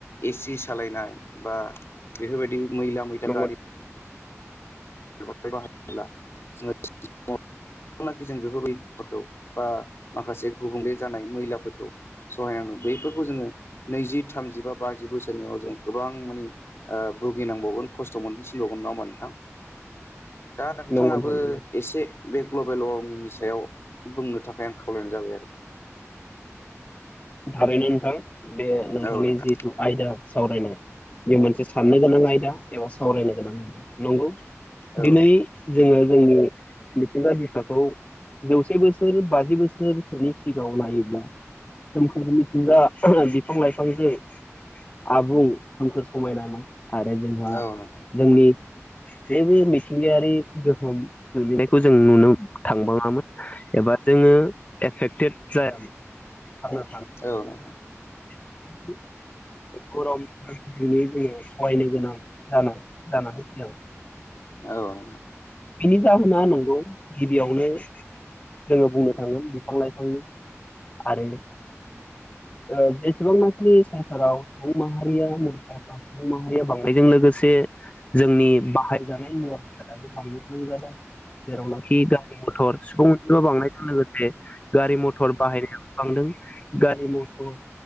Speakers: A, on the left; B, on the left.
A: एसिस सालायनाय बा बेफोरबायदि मैला मैथा
B: नंगौ
A: गारि <unintelligible> जेनाखि जों बेफोरबायफोरखौ बा माखासे गुबुंले जानाय मैलाफोरखौ सहायनांगौ बैफोरखौ जोंङो नैजि थामजि बा बाजि बोसोरनि उनाव जों गोबां मानि आं भुगिनबावगोन खस्थ' मोनहैसिनबावगोन नंङा होनबा नोंथां? दा नोंथांङाबो
B: नंगौ नोंथां
A: एसे बे ग्लबेल'मिनि सायाव बुंनो थाखाय आं खा खावलायनाय जाबाय आरो।
B: थारैनो नोंथां बे नोंथांनि
A: औ नोंथां
B: जिहेथु आयदा सावरायनाय बे मोनसे साननो गोनां आयदा एबा सावरायनो गोनां आयदा नंगौ।
A: औ
B: दिनै जोङो जोंनि मिथिंगा बिखाखौ जौसे बोसोर बाजि बोसोरसोनि सिगाङाव नायोब्ला सोमखोर मिथिंगा बिफां लाइफांजों आबुं सोमखोर समायनामोन आरो जोंहा
A: नोंथां औ नोंथां
B: जोंनि बेबो मिथिंगायारि गोहोम गोलैनायखौ जों नुनो थांबाङामोन एबा जोङो एफेक्टेड जाया। थांना थानो
A: औ।
B: <inaudible> गरम धिनै जोङो सहायनो गोनां जानां जानानैफैदों।
A: औ नोंथां।
B: बिनि जाहोना नंगौ गिबियावनो जोंङो बुंनो थांगोन बिफां लाइफांनि आरो जेसेबां नानि संसाराव सुबुं माहारिया मुलुगा माहारिया बांनायजों लोगोसे जोंनि बाहायजानाय मुवा बेसादाबो बांनो <inaudible> जेरावनाखि गारि मथर सुबुं मोनबो बांनायजों लोगोसे गारि मथर बाहायनायनायाबो बांदों गारि मथर